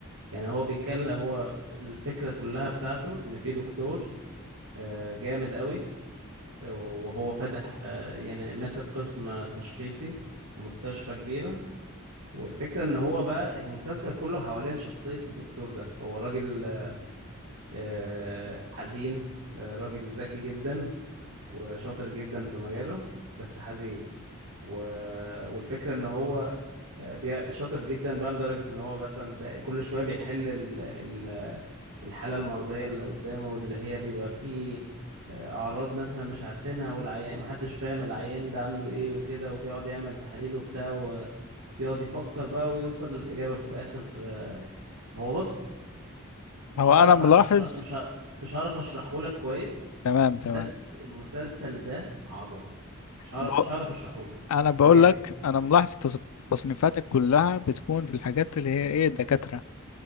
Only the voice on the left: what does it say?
هو
انا ملاحظ
تمام تمام
بق...
انا
بقول
لك انا ملاحظ تص- تصنيفاتك كلها بتكون في الحاجات اللي هي ايه دكاترة